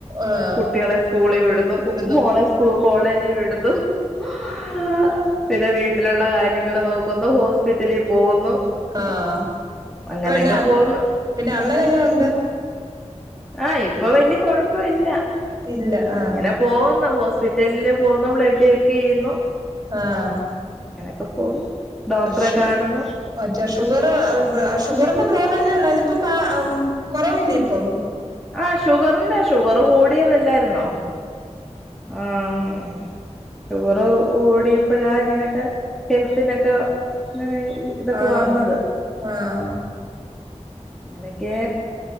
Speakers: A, on the right (about 30°); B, in the centre.
A: ആഹ്
B: കുട്ടികളെ സ്കൂളിൽ വിടുന്നു
A: ഉഴുന്നു
B: മോളെ സ്കൂ കോളേജിൽ വിടുന്നു. ആഹ് പിന്നെ വീട്ടിലുള്ള കാര്യങ്ങൾ നോക്കുന്നു ഹോസ്പിറ്റലി പോകുന്നു.
A: ആഹ്
B: അങ്ങനെയൊക്കെ
A: ഇപ്പ എന്നെ
B: പോകുന്നു
A: പിന്നെ അണ്ണനെങ്ങനെയുണ്ട്?
B: ആഹ് ഇപ്പൊ വലിയ കൊഴപ്പയില്ല
A: ഇല്ല ആഹ്
B: അങ്ങനെ പോകുന്ന ഹോസ്പിറ്റലില് പോകുന്ന ബ്ലഡ് ചെക്കയ്യുന്നു.
A: ആഹ്.
B: അങ്ങനെക്കെ പോന്നു ഡോക്ടറെ
A: ഷു
B: കാണുന്നു.
A: മറ്റേ ഷുഗർ ഷുഗറിന്റെ പ്രോബ്ലം അല്ലേ ഇള്ളത് അതിപ്പ കുറവില്ലേ ഇപ്പം.
B: ആഹ് ഷുഗറിന്റെ ഷുഗർ കൂടിയതല്ലായിരുന്നോ. ആഹ് അതുപോലെ ഓടിയപ്പോഴാ ഇങ്ങനെയൊക്കെ ഹെൽത്തിനൊക്കെ ഇങ്ങനെ. ഇതൊക്കെ
A: ആഹ്
B: വന്നത്
A: ആഹ്
B: അങ്ങനെക്കേ